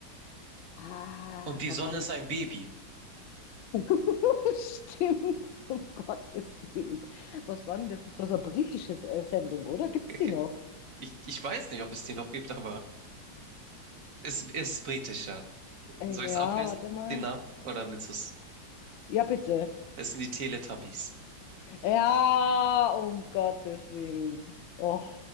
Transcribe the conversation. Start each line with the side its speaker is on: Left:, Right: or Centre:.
Left: Ah,
Right: Und die
Left: verdammt.
Right: Sonne ist ein Baby.
Left: <laughs> Stimmt, um Gottes Willen. Was war denn das? Das war so eine britische äh, Sendung, oder? Gibt's
Right: <laughs>
Left: die noch?
Right: Ich, ich weiß nicht, ob es die noch gibt, aber es ist britischer.
Left: Äh,
Right: Soll ich
Left: Ja,
Right: es auflösen?
Left: warte mal.
Right: Den Namen? Oder willst du es?
Left: Ja, bitte.
Right: Es sind die Teletubbies.
Left: Ja, um Gottes Willen. Och.